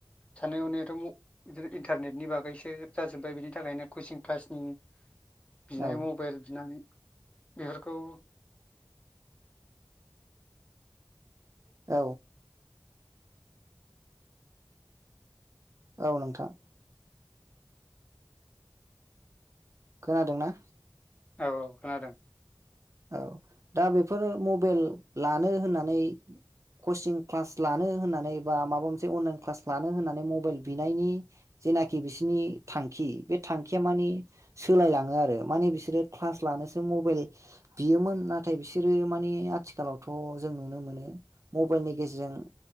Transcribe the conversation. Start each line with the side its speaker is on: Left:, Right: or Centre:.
Left: साननाय हनायाथ बिदिनो इन्टारनेटनि बागैसो जाजोब्बाय बिनि थाखायनो कचिं क्लासनि बिनाय
Right: औ
Left: मबाइल बिनाय बेफोरखौ
Right: औ औ नोंथां खोनादोंना?
Left: औ औ खोनादों।
Right: औ दा बेफोरो मबाइल लानो होननानै कचिं क्लास लानो होननानै बा माबा मोनसे अनलाइन क्लास लानो होननानै मबाइल बिनायनि जेनाखि बिसोरनि थांखि बे थांखिया मानि सोलायलाङो आरो मानि बिसोरो क्लास लानोसो मबाइल बियोमोन नाथाय बिसोरो मानिे आथिखालावथ जों नुनो मोनो मबाइलनि गेजेरजों